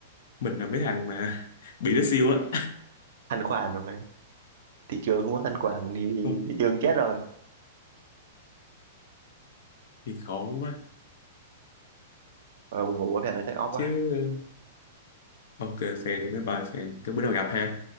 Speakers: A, on the left; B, on the right.
A: mình là mấy thằng mà bị nó siêu á
B: thanh khoản mà mày thị trường không có thanh khoản thì,
A: Không,
B: thị trường chết rồi
A: thì khổ quá
B: rồi buồn ngủ quá phải là take off quá
A: chứ ờ, ok fan thì mấy bài fan cái bữa nào gặp ha